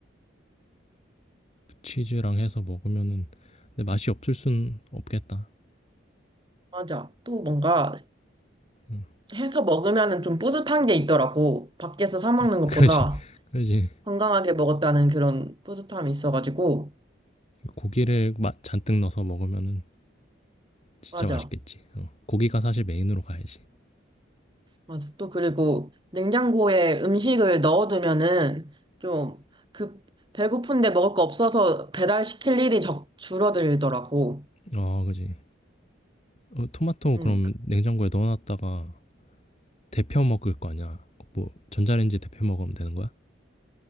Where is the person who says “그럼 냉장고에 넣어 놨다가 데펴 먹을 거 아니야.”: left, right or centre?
Left